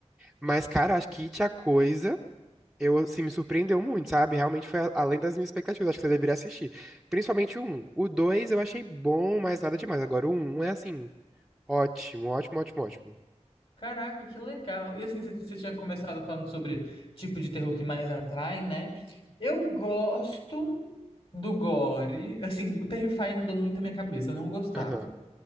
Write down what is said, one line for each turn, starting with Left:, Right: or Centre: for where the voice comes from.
Centre: Mas, cara, acho que It, a Coisa. Eu, assim, me surpreendeu muito, sabe? Realmente foi a- além das minhas expectativas. Acho que você deveria assistir. Principalmente o 1. O 2 eu achei bom, mas nada demais. Agora o 1 é, assim, ótimo, ótimo, ótimo, ótimo.
Left: Caraca, que legal. E assim, você você tinha começado falando sobre tipo de terror que mais atrai, né? Eu gosto do gore. Assim, o Terrify mudou muito a minha cabeça, eu não gostava.
Centre: Aham,